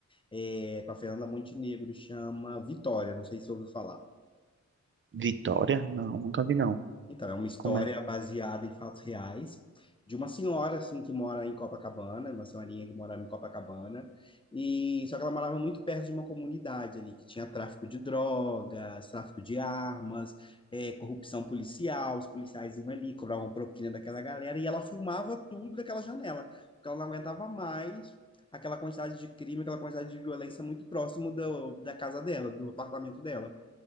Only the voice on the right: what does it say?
Vitória? Não, nunca vi, não.
Como é?